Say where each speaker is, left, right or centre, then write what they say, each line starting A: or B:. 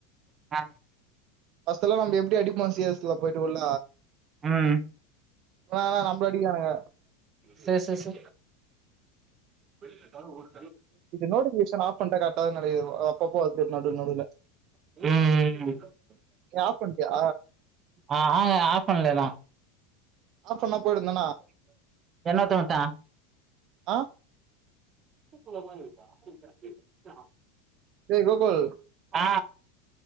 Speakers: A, on the right; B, on the right.
A: ஆ
B: ஃபஸ்டு எல்லா நம்ப எப்டி அடிப்போ சீ எஸ் ல போயிட்டு உள்ள
A: ம்
B: கொனாலா நம்பள அடிகிரானுக
A: செ செ செ வெள்ளிக்கழோ ஊர்
B: நோட்டிபிகேஷன் ஆப் பண்ட கரெக்டாது நினைக்கிற அப்போ அப்போ வருது நடு நடுல
A: ம் ம் ம்
B: ஏ ஆப்ஃபன்டியா
A: ஆ ஆ ஆப் பண்லேனா
B: ஆஃப் பண்ணா போயிடுந்தான்
A: என்ன தோட்டா
B: ஆ
A: <unintelligible> அ
B: ஏய் கோகுல்
A: ஆ